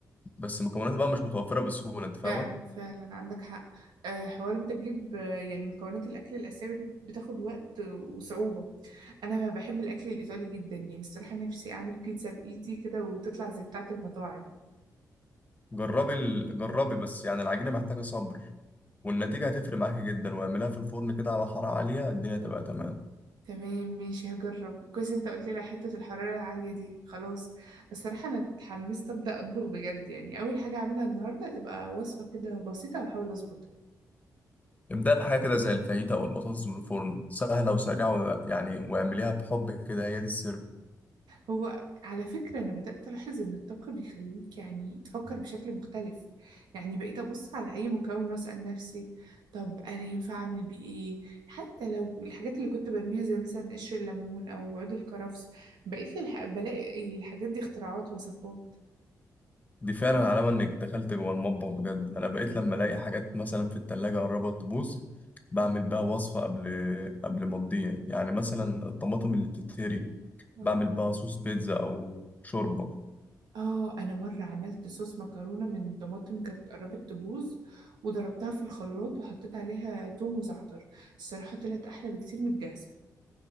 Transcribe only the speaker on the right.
فعلا فعلا عندك حق آه، حوار انت تجيب آه، يعني مكونات الاكل الاسيوي دي بتاخد وقت وصعوبه انا بحب الاكل الايطالي جدا يعني الصراحه نفسي اعمل بيتزا بايدي كده وتطلع زي بتاعه المطاعم
تمام ماشي هجرب كويس انت قلت لي على حته الحراره العاليه دي خلاص الصراحه انا اتحمست ابدا اطبخ بجد يعني اول حاجه هعملها النهارده هتبقى وصفه كده بسيطه واحاول اظبطها
هو على فكرة أنا بدأت ألاحظ إن الطبخ بيخليك يعني تفكر بشكل مختلف يعني بقيت أبص على أي مكون وأسأل نفسي طب أنا ينفع أعمل بيه إيه حتى لو الحاجات اللي كنت برميها زي مثلا قشر الليمون أو عود الكرفس بقيت للح... بلاقي الحاجات دي اختراعات وصفات
اه
آه أنا مرة عملت صوص مكرونة من طماطم كانت قربت تبوظ وضربتها في الخلاط وحطيت عليها توم وزعتر الصراحة طلعت أحلى بكتير من الجاهزة